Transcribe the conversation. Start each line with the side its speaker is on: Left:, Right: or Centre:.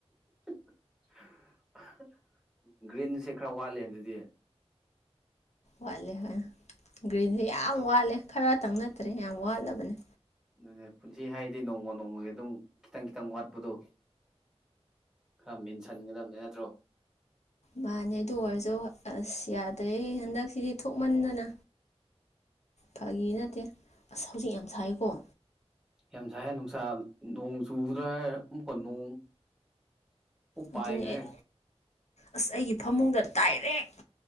Centre: <unintelligible> ꯒ꯭ꯔꯤꯟꯁꯦ ꯈꯔ ꯋꯥꯠꯂꯦ ꯑꯗꯨꯗꯤ꯫
Left: ꯋꯥꯠꯂꯦ ꯍꯣꯏ ꯒ꯭ꯔꯤꯟꯁꯦ ꯌꯥꯝ ꯋꯥꯠꯂꯦ ꯈꯔꯇꯪ ꯅꯠꯇ꯭ꯔꯦ ꯌꯥꯝ ꯋꯥꯠꯂꯕꯅꯦ꯫
Centre: ꯑꯗꯨꯅꯦ ꯄꯨꯟꯁꯤ ꯍꯥꯏꯗꯤ ꯅꯣꯡꯃ ꯅꯣꯡꯃꯒꯤ ꯑꯗꯨꯝ ꯈꯤꯇꯪ ꯈꯤꯇꯪ ꯋꯥꯠꯄꯗꯣ꯫ ꯈꯔ ꯃꯦꯟꯁꯟꯒꯗꯕꯅꯦ ꯅꯠꯇ꯭ꯔꯣ꯫
Left: ꯃꯥꯅꯦ ꯑꯗꯨ ꯑꯣꯏꯔꯁꯨ ꯑꯁ ꯌꯥꯗ꯭ꯔꯦ ꯍꯟꯗꯛꯁꯤꯗꯤ ꯊꯣꯛꯃꯟꯗꯅ꯫ ꯐꯒꯤ ꯅꯠꯇꯦ ꯑꯁ ꯍꯧꯖꯤꯛ ꯌꯥꯝ ꯁꯥꯏꯌꯦꯀꯣ꯫
Centre: ꯌꯥꯝ ꯁꯥꯌꯦ ꯅꯨꯡꯁꯥ ꯅꯣꯡ ꯆꯨꯒꯗ꯭ꯔꯥ ꯍꯥꯏꯔ ꯑꯃꯨꯛꯀ ꯅꯣꯡ꯫ ꯑꯃꯨꯛ ꯄꯥꯏꯈ꯭ꯔꯦ
Left: ꯑꯗꯨꯅꯦ ꯑꯩ ꯑꯁ ꯑꯩꯒꯤ ꯐꯃꯨꯡꯗ ꯗꯥꯏꯔꯦꯛ꯫